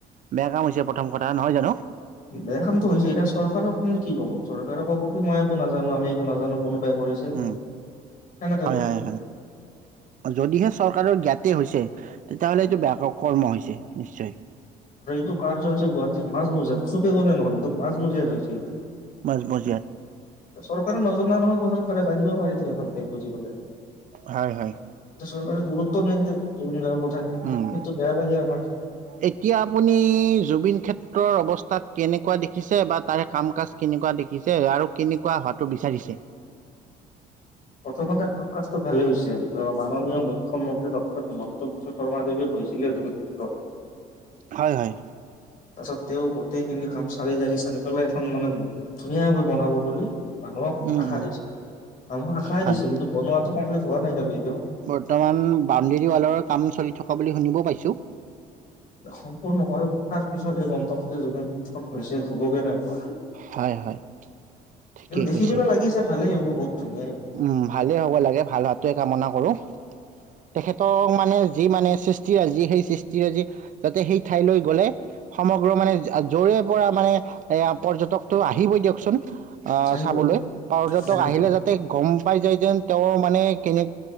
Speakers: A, on the right; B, on the left.
A: বেয়া কাম হৈছে প্ৰথম কথা নহয় জানো।
B: বেয়া কামটো হৈছে এতিয়া চৰকাৰৰ কোনে কি কব চৰকাৰে ক'ব কি মই একো নাজানো আমি একো নাজানো কোনোবাই কৰিছে
A: উম,
B: সেনেকে
A: হয়
B: ক'ব।
A: - হয় - হয় যদিহে চৰকাৰৰ জ্ঞাতে হৈছে তেতিয়াহ'লে
B: উম,
A: এইটো বেয়া কৰ্ম হৈছে। নিশ্চয়।
B: আৰু এইটো কাৰ্য হৈছে গুৱাহাটীৰ মাজ মজিয়াৰ চুকে কোনে নহয় মাজ মজিয়াত হৈছে এইটো।
A: মাজমজিয়াত
B: চৰকাৰ নজৰ নাই নহয় <unintelligible> চৰকাৰে জানিব পাৰিলে। ভালকে বুজি পালে।
A: হয় - হয়।
B: চৰকাৰে গুৰুত্ব নিদিলে জুবিন দাৰ
A: উম
B: সেইটো বেয়া লাগে আমাৰ।
A: এতিয়া আপুনি জুবিন ক্ষেত্ৰত। ৰ অৱস্থা তাক কেনেকুৱা দেখিছে বা তাৰে কাম কাজ কেনেকুৱা দেখিছে আৰু কেনেকুৱা হোৱাটো বিচাৰিছে।
B: প্ৰথমতে কাম কাজটো ভালেই হৈছে মাননীয় মুখ্যমন্ত্ৰী ডক্টৰ হিমন্ত বিশ্ব শৰ্মা দেৱে কৈছিলে যোগী পুত্ৰ
A: হয় হয়।
B: তাৰ পিছত তেওঁ গোটেইখিনি কাম চালি জাৰি চালি পেলাই এখন মানে ধুনীয়াকৈ বনাব বুলি মানুহক
A: উম
B: আশা
A: উম
B: দিছে, মানুহক আশাই
A: হয়
B: দিছে কিন্তু বনোৱা টো কমপ্লিট হোৱা নাই এতিয়ালৈ।
A: বৰ্তমান বাউণ্ডেৰী ৱালৰ কাম চলি থকা বুলি শুনিব পাইছো।
B: সম্পূৰ্ণ হৈ উঠাৰ পিছতহে গম পাম যে জুবিন <unintelligible> হৈছে হ'ব কেনেকুৱা,
A: হয় হয় ঠিকেই
B: কিন্তু দেখি
A: কৈছে
B: পেলে লাগিছে ভালেই হ'ব। বহুত ধুনীয়াই হ'ব
A: উম ভালেই হ'ব লাগে, ভাল হোৱাটোৱে কামনা কৰো। তেখেতক মানে যি মানে সৃষ্টিৰাজি, যি সেই সৃষ্টিৰাজি যাতে সেই ঠাইলৈ গ'লে সমগ্ৰ মানে য'ৰে পৰা মানে এ পৰ্যটকটো আহিবই দিয়কচোন। আহ
B: আহিব
A: চাবলৈ। পৰ্যটক
B: আহিব
A: আহিলে যাতে গম পাই যায় যেন তেওঁৰ মানে কেনেক